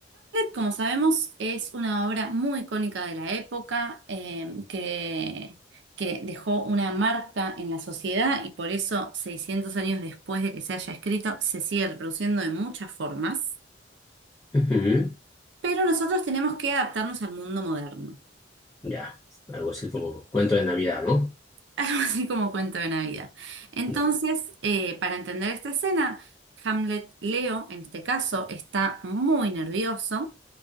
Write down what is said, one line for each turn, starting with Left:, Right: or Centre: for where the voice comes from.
Right: Como sabemos, es una obra muy icónica de la época, eh, que, que dejó una marca en la sociedad y por eso 600 años después de que se haya escrito, se sigue reproduciendo de muchas formas.
Left: ujú,
Right: Pero nosotros tenemos que adaptarnos al mundo moderno.
Left: Ya, algo así como cuento de Navidad, ¿no?
Right: <laughs> Algo así como cuento de Navidad. Entonces,
Left: Ya.
Right: eh, para entender esta escena, Hamlet Leo, en este caso, está muy nervioso.